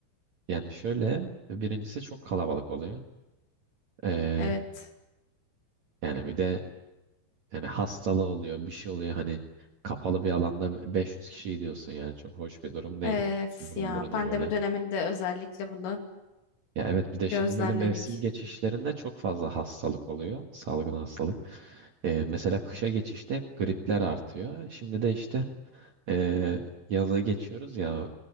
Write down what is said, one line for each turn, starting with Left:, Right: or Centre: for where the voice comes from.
Right: yani şöyle birincisi çok kalabalık oluyor. E,
Left: Evet.
Right: yani bir de yani hastalığı oluyor bir şey oluyor hani kapalı bir alanda 500 kişi gidiyorsun yani çok hoş bir durum değil.
Left: Evet
Right: Burun
Left: ya
Right: buruna
Left: pandemi
Right: böyle.
Left: döneminde özellikle bunu
Right: Ya evet bir de şimdi
Left: gözlemledik.
Right: böyle mevsim geçişlerinde çok fazla hastalık oluyor. Salgın hastalık. E, mesela kışa geçişte hep gripler artıyor. Şimdi de işte e, yaza geçiyoruz ya